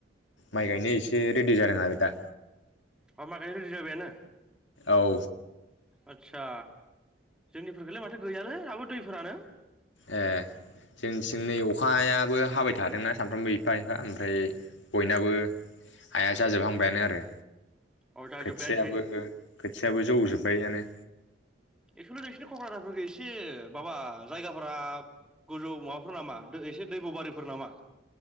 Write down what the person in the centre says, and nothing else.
अ मााखायनो रेडि जाबायानो?
आदसा जोंनि फोरखलै माथो गैयालै दाबो दैफोरानो।
अरथा
जोब्बायानोसै
एक्सुवुलि नोंसिनि क'क्राझारफोरखौ एसे माबा जायगाफोरा गोजौ माबाफोर नामा एसे दै बबारिफोर नामा?